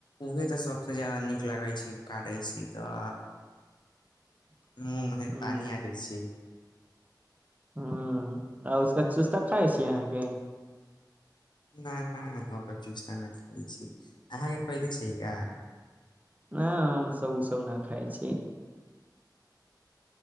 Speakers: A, on the left (about 75°); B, on the right (about 20°).
A: उहे तऽ सभसँ ज्यादा नीक लगै छै, काटै छी तऽ।
B: <inaudible>
A: मुँह मे
B: हँ
A: पानी आ जाइ छै।
B: हँ, आ ओकर चुस्टा खाइ छी अहाँके?
A: नहि, ओकर चुस्टा नहि खाइ छी। अहाँके कहले छै का?
B: नहि, हमसब ओ सभ नहि खाइ छी।